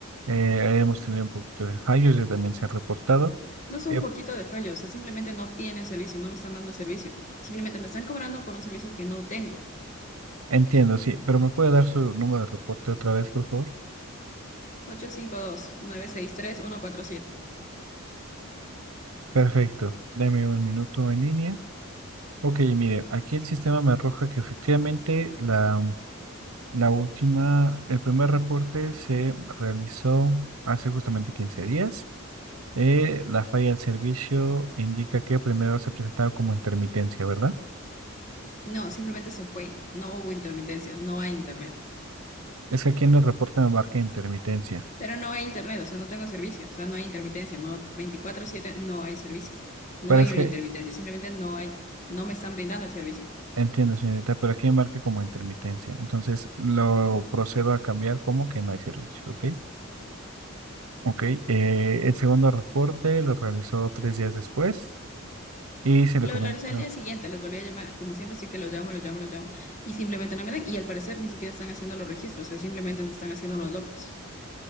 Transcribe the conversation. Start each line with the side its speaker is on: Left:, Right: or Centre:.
Right: eh, hemos tenido un poquito de fallos, ya también se han reportado.
Left: No es un
Right: Eh,
Left: poquito de fallo, o sea, simplemente no tienen servicio, no me están dando el servicio. Simplemente me están cobrando por un servicio que no tengo.
Right: Entiendo, sí, pero ¿me puede dar su número de reporte otra vez, por favor?
Left: 852-963-147.
Right: Perfecto, dame un minuto en línea. Ok, mire, aquí el sistema me arroja que efectivamente la, la última, el primer reporte se realizó hace justamente 15 días. Eh, la falla del servicio indica que primero se presentaba como intermitencia, ¿verdad?
Left: No, simplemente se fue. No hubo intermitencia, no hay internet.
Right: Es que aquí en el reporte me marca intermitencia.
Left: Pero no hay internet, o sea, no tengo servicio, o sea, no hay intermitencia, no 24/7, no hay servicio. No
Right: Parece,
Left: hay una intermitencia, simplemente no hay, no me están brindando el servicio.
Right: entiendo, señorita, pero aquí me marca como intermitencia. Entonces lo procedo a cambiar como que no hay servicio, ¿ok? Ok, eh, el segundo reporte lo realizó tres días después y se
Left: Lo,
Right: le comentó.
Left: lo al día siguiente, les volví a llamar, como siempre, sí que los llamo, los llamo, los llamo, y simplemente no me dan, y al parecer ni siquiera están haciendo los registros, o sea, simplemente se están haciendo los locos.